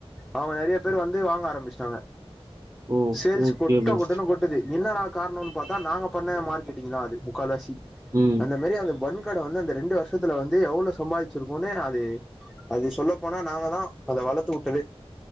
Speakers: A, in the centre; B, on the right (about 35°).
A: அவங்க நெறைய பேர் வந்து வாங்க ஆரம்பிச்சிட்டாங்க
B: ஓ
A: சேல்ஸ்
B: ஓகே
A: கொட்ட
B: ப்ரோ
A: கொட்டனு கொட்டது இன்ன நாடா காரம்னு பார்த்தா நாங்க பண்ண மார்கெட்டி் தான் அது முக்கால்லாசி
B: ம்
A: அந்த மாரி அந்த பன் வந்து அந்த ரெண்டு வருஷத்துல வந்து எவ்வளவு சம்பாதிச்சிருக்கோனு அது அது சொல்ல போனா நாங்க தான் அந்த வளத்து வுட்டது